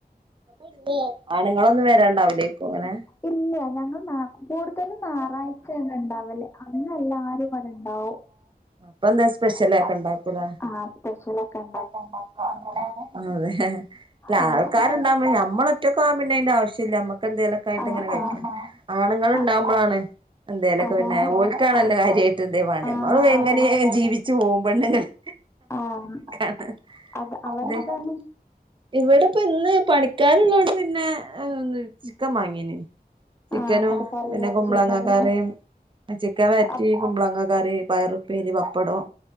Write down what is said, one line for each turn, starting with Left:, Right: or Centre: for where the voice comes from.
Right: ഇല്ലേ ആണുങ്ങളൊന്നും വരണ്ടാവില്ലേക്കു അങ്ങനെ
Left: ഇല്ല ഞങ്ങള് നാ കൂടുതലും നായറാഴ്ച ണ്ടാവല് അന്ന് എല്ലാരും വടണ്ടാവു ആ ഊ
Right: അപ്പൊ ന്തേ സ്പെഷലെക്ക ഇണ്ടാക്കൂലേ
Left: ആഹ് സ്പെഷലെക്കെ ഇണ്ടാ
Right: ഇണ്ടാക്കു അങ്ങനാണ് അതെ അല്ല
Left: അവിടെന്താ?
Right: ആൾക്കാരുണ്ടാവുമ്പോള് നമ്മള് ഒറ്റക്കാവുമ്പംപിന്നെ അയിന്റെ ആവശ്യല്ല മ്മക്കന്തെങ്കലൊക്കായിട്ട്ങ്ങനെ
Left: ആഹ്
Right: കയ്ക്കാ
Left: ആഹ്
Right: ആണുങ്ങളണ്ടാവുമ്പോഴാണ്
Left: അ
Right: എന്തേലൊക്കെ
Left: അതാണ്.
Right: പിന്നെ ഓൽക്കാണല്ലോ
Left: അ
Right: കാര്യായിട്ടേന്തേവാണ്ടേ
Left: ആഹ്
Right: നമ്മള്
Left: അതാണ്.
Right: ഏ ജീവിച്ചു പോവും പെണ്ണുങ്ങക്ക്
Left: ആഹ്
Right: ആണങ്ങൾക്കാണ്
Left: അത് അവടെന്താണ്?
Right: ദ് ഇവിടെ ഇപ്പൊ ഇന്ന് പണിക്കാരുള്ളോണ്ട് പിന്നെ ഏ ചിക്കൻ വാങ്ങീന്ന് ചിക്കനും
Left: ആഹ് ഇങ്ങട്ട് കറി
Right: പിന്നെ
Left: വെച്ചിണ്ടാവുലേ.
Right: കുമ്പളങ്ങ കറിയും ചിക്കൻ വെരറ്റി
Left: അപ്
Right: കുമ്പളങ്ങ കറി പയറും പേരി പപ്പടം